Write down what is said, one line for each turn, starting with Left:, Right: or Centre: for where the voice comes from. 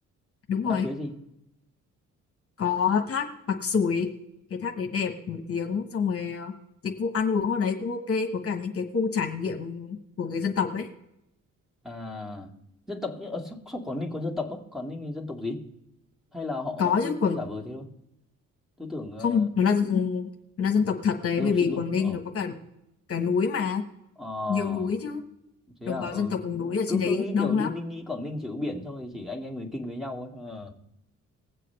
Left: Đúng
Centre: là
Left: rồi,
Centre: suối gì
Left: có thác Pạc Súi, cái thác đấy đẹp nổi tiếng xong rồi ờ, dịch vụ ăn uống ở đấy cũng ok, có cả những cái khu trải nghiệm của người dân tộc ấy.
Centre: à dân tộc ở sóc sóc Quảng Ninh có dân tộc á Quảng Ninh thì dân tộc gì hay là họ
Left: Có
Centre: họ cứ
Left: chứ Quảng
Centre: cứ giả vờ thế thôi tôi tưởng ờ,
Left: không, nó là ừ, nó là dân tộc thật đấy
Centre: dân
Left: bởi
Centre: tộc
Left: vì
Centre: xịn
Left: Quảng
Centre: luôn
Left: Ninh
Centre: ờ
Left: nó có cả cả núi mà,
Centre: ờ
Left: nhiều núi chứ.
Centre: thế
Left: Đồng
Centre: à
Left: bào
Centre: ừ
Left: dân tộc vùng núi ở trên
Centre: cứ
Left: đấy
Centre: cứ nghĩ
Left: đông
Centre: kiểu
Left: lắm
Centre: Đinh Đinh nghĩ Quảng Ninh chỉ có biển xong rồi chỉ anh em người Kinh với nhau thôi ờ